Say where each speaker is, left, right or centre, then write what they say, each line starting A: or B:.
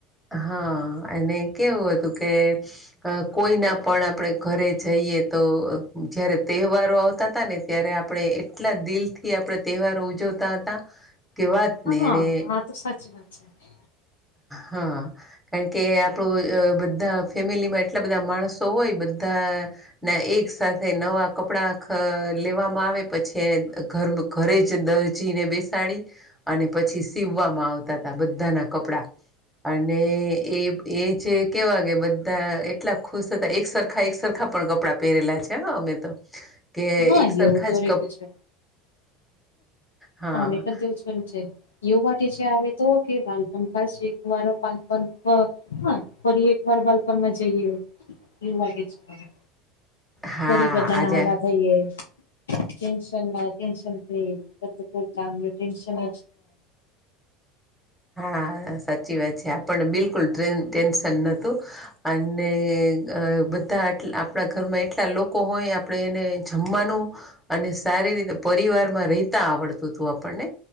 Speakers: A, in the centre; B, on the left (about 80°).
A: હા અને કેવું હતું કે અ કોઈના પણ આપણે ઘરે જઈએ તો જયારે તહેવારો આવતા હતાા ને ત્યારે આપણે એટલા દિલ થી આપણે તહેવારો ઉજવતા હતા કે વાત
B: હા
A: નહી અને
B: હા તો સાચી વાત છે
A: હા કારણ કે આપણું બધા ફેમિલીમાં એટલા બધા માણસો હોય બધા ના એક સાથે નવા કપડાં લેવામાં આવે પછી ઘર ઘરે જ દરજીને બેસ સા અને પછી સીવવામાં આવતા ત બધાના કપડા અને એ જે કેવા કેે બધા એટલા ખુશ થતા એક સરખા એક સરખા પણ કપડાં પહેરેલા છે ને અમે તો કે
B: હા
A: એક સરખા
B: એવું તો
A: જ
B: રીત
A: ક
B: છે
A: હા
B: અમે પણ તેવું જ એવું માટે છે આવે તો કે બાલપં ખ શેકવાનો પાલપ હા ફરી એક વાર બાલપણમાં જઈએ એવું વાગે છે
A: હા
B: ફરી બધા
A: આજે
B: નાના થઈએ ટનસન ટસન ફ ટશન
A: હા સાચી વાત છે આપણને બિલકુલ ટેન્શન નોતું અને અ બધા આપણા ઘરમાં એટલા લોકો હોય આપડે એને જમવાનું અને સારી રીતે પરિવાર માં રહેતા આવડતું હતું આપણને